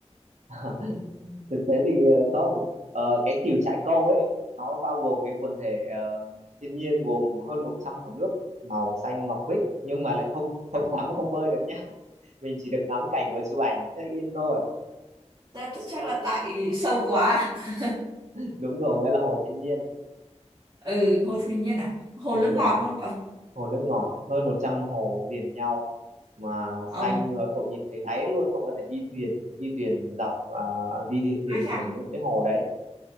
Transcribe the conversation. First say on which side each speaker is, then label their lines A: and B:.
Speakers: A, on the right; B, on the right.
A: <laughs> thực tế thì ờ, không Ờ, cái cửu Trại Câu ấy nó bao gồm cái quần thể ờ, thiên nhiên gồm hơn 100 hồ nước màu xanh ngọc bích nhưng mà lại không không tắm không bơi được nhá mình chỉ được ngắm cảnh và chụp ảnh check in thôi
B: Ta ta- chắc là tại sâu quá. <laughs>
A: đúng rồi đó là hồ thiên nhiên
B: Ừ, hồ
A: Ừ,
B: Thủy Nhiên à? Hồ
A: đúng
B: nước ngọt
A: rồi
B: luôn cậu.
A: hồ nước ngọt hơn một trăm hồ liền nhau mà
B: Ờ,
A: xanh và cậu nhìn thấy đáy luôn cậu có thể đi thuyền đi thuyền dọc à, đi đi thuyền
B: ái chà,
A: ở những cái hồ đấy